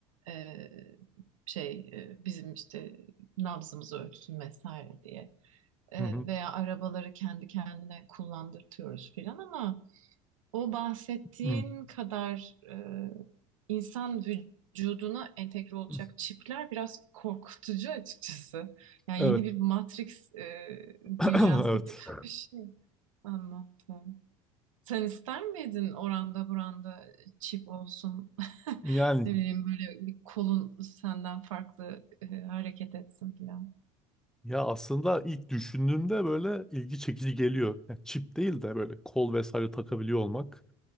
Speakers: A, on the right (about 90°); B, in the centre.
A: Ee, şey e, bizim işte nabzımızı ölçsün vesaire diye e,
B: Hı hı.
A: veya arabaları kendi kendine kullandırtıyoruz filan ama o bahsettiğin
B: Hı.
A: kadar e, insan vücuduna entegre olacak
B: <laughs>
A: çipler biraz korkutucu açıkçası. Yani
B: Evet.
A: yeni bir Matrix e,
B: <clears throat>
A: dünyası gibi
B: Evet.
A: <laughs> bir şey anlattım. Sen ister miydin oranda buranda çip olsun? <laughs>
B: Yani
A: Ne bileyim böyle bir kolun senden farklı e, hareket etsin filan.
B: ya aslında ilk düşündüğümde böyle ilgi çekici geliyor. Yani çip değil de böyle kol vesaire takabiliyor olmak.